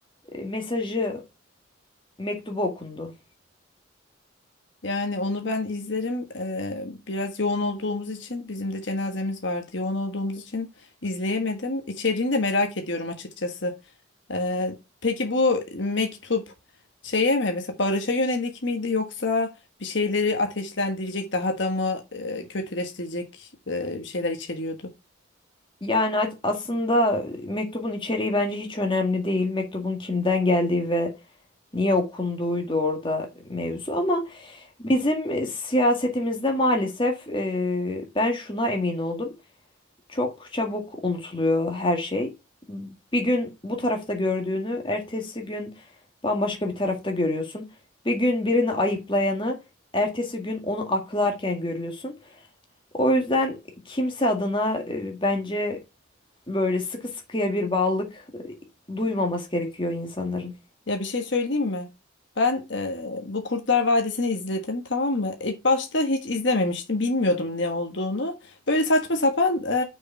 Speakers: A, on the left; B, on the left.
A: e, mesajı mektubu okundu.
B: Yani onu ben izlerim. Eee, biraz yoğun olduğumuz için bizim de cenazemiz vardı. Yoğun olduğumuz için izleyemedim. İçeriğini de merak ediyorum açıkçası. Ee, peki bu mektup şeye mi mesela barışa yönelik miydi yoksa bir şeyleri ateşlendirecek daha da mı e, kötüleştirecek e, bir şeyler içeriyordu?
A: Yani a- aslında mektubun içeriği bence hiç önemli değil. Mektubun kimden geldiği ve niye okunduğuydu orada mevzu ama bizim e, siyasetimizde maalesef e, ben şuna emin oldum. Çok çabuk unutuluyor her şey. Bir gün bu tarafta gördüğünü, ertesi gün bambaşka bir tarafta görüyorsun. Bir gün birini ayıplayanı, ertesi gün onu aklarken görüyorsun. O yüzden kimse adına e, bence böyle sıkı sıkıya bir bağlılık duymaması gerekiyor insanların.
B: Ya bir şey söyleyeyim mi? Ben e, bu Kurtlar Vadisi'ni izledim tamam mı? İlk başta hiç izlememiştim bilmiyordum ne olduğunu. Böyle saçma sapan